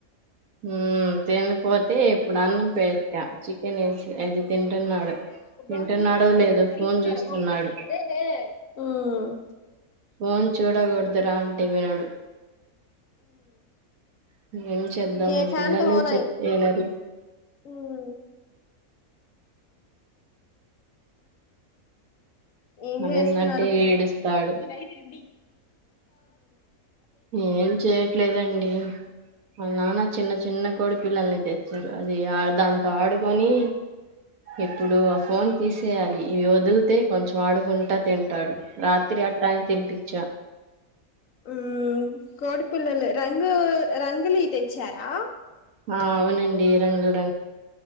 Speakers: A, on the right; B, on the left.
A: మ్మ్ తినకపోతే ఇప్పుడు అన్నం పెట్టా
B: మ్మ్
A: చికెన్ వేసి అది తింటున్నాడు తింటున్నాడో లేదో ఫోన్ చూస్తున్నాడు ఫోన్ చూడకూడదురా తినేటపుడు ఏేం చేద్దాం
B: గే
A: మీ
B: ఫ్యాన్
A: పిల్లలు
B: టోన్
A: చెప్తే
B: అయి
A: ఇనారు
B: ఉమ్ ఏం
A: అదేందంటే
B: చేస్తునారు
A: ఏడుస్తాడు
B: మ్మ్
A: ఏం చేయట్లేదండి వాళ్ళ నాన్న చిన్న చిన్న కోడి పిల్లల్ని తెచ్చారు అది దాంతో ఆడుకొని ఎప్పుడు ఆ ఫోన్ తీసేయాలి ఇవి వదిలితే కొంచెం ఆడుకుంటా తింటాడు రాత్రి అ టం తినిపిచ్చా
B: ఉమ్ కోడి పిల్లలు రంగు రంగుఇయ్ తెచ్చారా
A: ఆ అవునండి రంగు